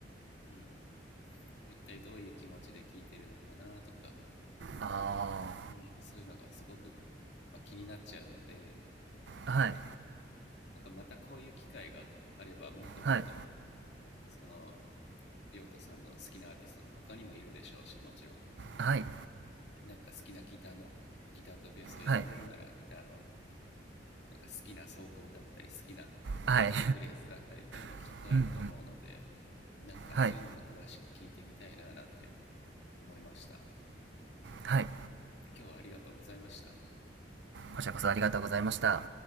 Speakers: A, on the left; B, on the right.
A: うん、一体どういう気持ちで聞いてるのかなとか、
B: あ
A: うん、そういうのがすごく、まあ、気になっちゃうので
B: ー。はい。
A: なんだろうなんかまたこういう機会があればもっともっと
B: はい。
A: その亮太さんの好きなアーティストって他にもいるでしょうしもちろ
B: はい。
A: んなんか好きなギターのギターとベースをやられるならギターの
B: はい。
A: なんか好きな奏法だったり好きなようなフレーズだったりっていうのがきっとあると思うので
B: はい <laughs>。うんうんうん。
A: なんかそういうのも詳しく聞いてみたいななんて
B: はい。
A: 思いました。
B: はい。
A: 今日はありがとうございました。
B: こちらこそありがとうございました。